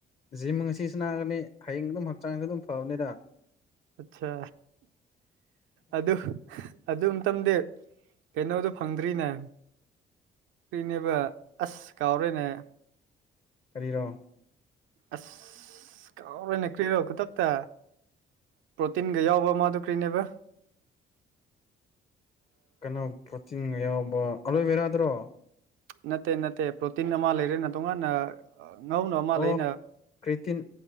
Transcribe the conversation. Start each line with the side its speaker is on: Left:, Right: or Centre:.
Left: ꯖꯤꯝ ꯉꯁꯤ ꯁꯥꯅꯒꯅꯤ ꯍꯌꯦꯡ ꯑꯗꯨꯝ ꯍꯛꯆꯥꯡꯁꯨ ꯑꯗꯨꯝ ꯐꯕꯅꯤꯗ
Right: ꯑꯠꯁꯥ ꯑꯗꯨ ꯑꯗꯨꯇꯝꯗꯤ ꯀꯩꯅꯣꯗꯣ ꯐꯪꯗ꯭ꯔꯤꯅꯦ ꯐꯔꯤꯅꯦꯕ ꯑꯁ ꯀꯥꯎꯔꯦꯅꯦ
Left: ꯀꯔꯤꯔꯣ
Right: ꯑꯁ ꯀꯥꯎꯋꯦꯅꯦ ꯀ꯭ꯔꯤꯔꯣ ꯈꯨꯇꯛꯇ ꯄ꯭ꯔꯣꯇꯤꯟꯒ ꯌꯥꯎꯕ ꯑꯃꯗꯨ ꯀꯔꯤꯅꯦꯕ
Left: ꯀꯩꯅꯣ ꯄ꯭ꯔꯣꯇꯤꯟꯒ ꯌꯥꯎꯕ ꯑꯂꯣꯏꯕꯦꯔꯥꯗꯨꯔꯣ
Right: ꯅꯠꯇꯦ ꯅꯠꯇꯦ ꯄ꯭ꯔꯣꯇꯤꯟ ꯑꯃ ꯂꯩꯔꯦꯅꯦ ꯇꯣꯡꯉꯥꯟꯅ ꯉꯧꯅ ꯑꯃ
Left: ꯑꯣ
Right: ꯂꯩꯅ
Left: ꯀ꯭ꯔꯦꯇꯤꯟ